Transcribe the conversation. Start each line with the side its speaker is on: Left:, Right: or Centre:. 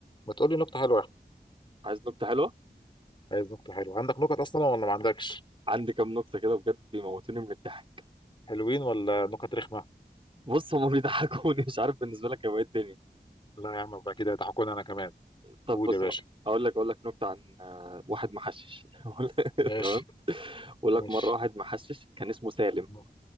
Left: ما تقول لي نكتة حلوة يا أحمد.
Right: عايز نكتة حلوة
Left: عايز نكتة حلوة عندك نكت أصلا ولا ما عندكش
Right: عندي كام نكتة كده بجد بيموتوني من الضحك
Left: حلوين ولا نكت رخمة
Right: بص هما بيضحكوني مش عارف بالنسبة لك هيبقى ايه الدنيا
Left: لا يا عم يبقى كده يضحكوني أنا كمان
Right: طب
Left: قول
Right: بص
Left: يا باشا
Right: هقول لك اقول لك نكتة عن آه، واحد محشش <laughs> أقول لك-
Left: ماشي
Right: تمام بقول
Left: ماشي
Right: لك مرة واحد محشش كان اسمه سالم
Left: مم.